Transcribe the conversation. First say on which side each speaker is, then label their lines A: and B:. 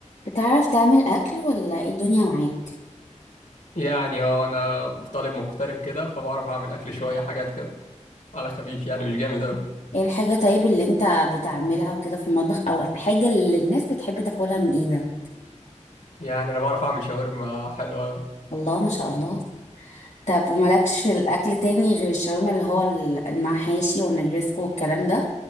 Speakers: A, on the left (about 65°); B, on the left (about 90°).
A: بتعرف تعمل أكل ولا ايه الدنيا معاك؟
B: يعني هو انا طالب مغترب كده فبعرف اعمل اكل شويه حاجات كده على خفيف يعني مش جامد اوي
A: ايه الحاجة طيب اللي انت بتعملها وكده في المطبخ أو الحاجة اللي الناس بتحب تاكلها من ايدك؟
B: يعني انا بعرف اعمل شاورما حلوه اوي
A: الله ما شاء الله طب ومالكش في الأكل تاني غير الشاورما اللي هو ال- المحاشي والنجرسكو والكلام ده